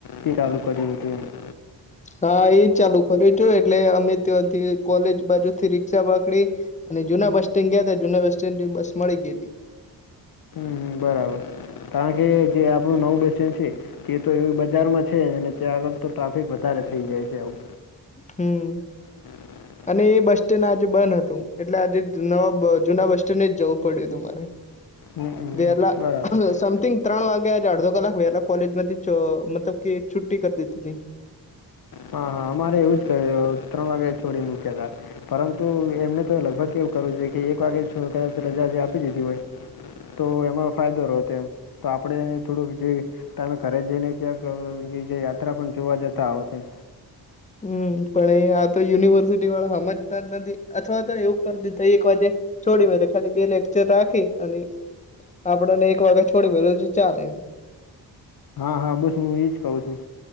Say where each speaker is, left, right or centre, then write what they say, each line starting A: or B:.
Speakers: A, on the left; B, on the left.
A: તે ચાલુ કર્યું હતું.
B: હા એજ ચાલુ કરું છું એટલે અમે ત્યાંથી કોલેજ બાજુ થી રિક્ષા પકડી અને જુના બસસ્ટેન્ડ ગયા હતા, જુના બસ સ્ટેન્ડની બસ મળી ગઈતી.
A: હ બરાબર, કારણ કે જે આપણું નવું બસ સ્ટેન્ડ છે તે તો એવી બજારમાં છે ને ત્યાં આગળ તો ટ્રાફિક વધારે થઈ જાય છે, આવું
B: હમ.
A: <inaudible>
B: અને એ બસ સ્ટેન્ડ આજે બન હતું, એટલે આજે નવા જુના બસ સ્ટેન્ડ જ જવું પડ્યું હતું મારે.
A: હમમ.
B: વેલા
A: બરાબર
B: સમથિંગ. ત્રણ વાગ્યા આજે અડધો કલાક વેલા કોલેજ મતલબ કે છુટ્ટી કર દીધિતિ.
A: હા હા અમારે એવું જ કર ત્રણ વાગ્યા છોડી મૂક્યાતા. પરંતુ એમને તો લગભગ કેવું કરું છે કે એક વાગે છું કદાચ રજા જે આપી દીધી હોય તો એમાં ફાયદો રહો તેમ તો આપડે થોડુંક જે તમે ઘરે જઈને ક્યાંક જે યાત્રા પણ જોવા જતા આવત એમ
B: હમ પણ એ આ તો યુનિવર્સિટીવાળા સમજતા જ નથી અથવા તો એવું કરતી એક વાજે છોડી મેરે, ખાલી બે લેકચર રાખી અને આપણને એક વાગ ત છોડી મેલે તો ચાલે.
A: હા હા બસ હું એજ કઉ છું,